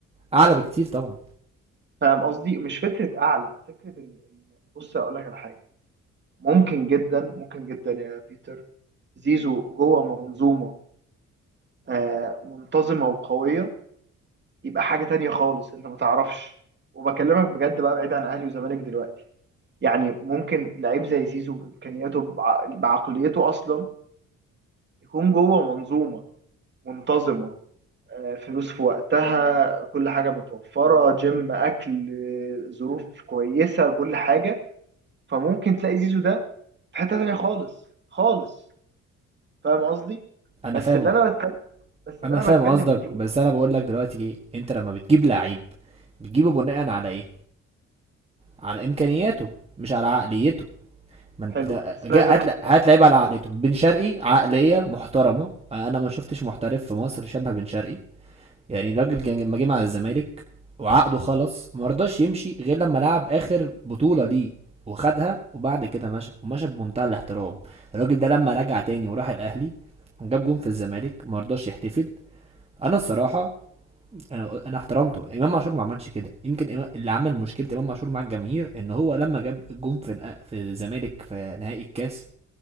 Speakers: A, on the right; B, on the right.
A: اعلى بكتير طبعا
B: فاهم قصدي مش فكره اعلى فكره ان إن- بص هقول لك على حاجه ممكن جدا ممكن جدا يا بيتر زيزو جوه منظومه آه، منتظمه وقويه يبقى حاجة تانية خالص انت ما تعرفش وبكلمك بجد بقى بعيد عن اهلي وزمالك دلوقتي يعني ممكن لعيب زي زيزو بامكانياته بع- بعقليته اصلا يكون جوه منظومة منتظمة آه، فلوس في وقتها كل حاجة متوفرة جيم اكل آه، ظروف كويسة كل حاجة فممكن تلاقي زيزو ده في حتة تانية خالص خالص فاهم قصدي
A: انا
B: بس
A: فاهم
B: اللي انا بتكلم بس
A: انا
B: اللي
A: فاهم
B: انا بتكلم
A: قصدك
B: فيه
A: بس انا بقول لك دلوقتي ايه انت لما بتجيب لعيب بتجيبه بناء على ايه على امكانياته مش على عقليته ما انت
B: حلو
A: ده-
B: بس
A: جا-
B: انا عايز اقول
A: هات هات لعيب على عقليته بن شرقي عقليه محترمه انا ما شفتش محترف في مصر شبه بن شرقي يعني الراجل
B: لك
A: كان لما جه مع الزمالك وعقده خلص ما رضاش يمشي غير لما لعب اخر بطوله ليه وخدها وبعد كده مشى ومشى بمنتهى الاحترام الراجل ده لما رجع تاني وراح الاهلي وجاب جون في الزمالك ما رضاش يحتفل انا الصراحه انا انا احترمته امام عاشور ما عملش كده يمكن إمام- اللي عمل مشكله امام عاشور مع الجماهير ان هو لما جاب الجون في الأ- في الزمالك في نهائي الكاس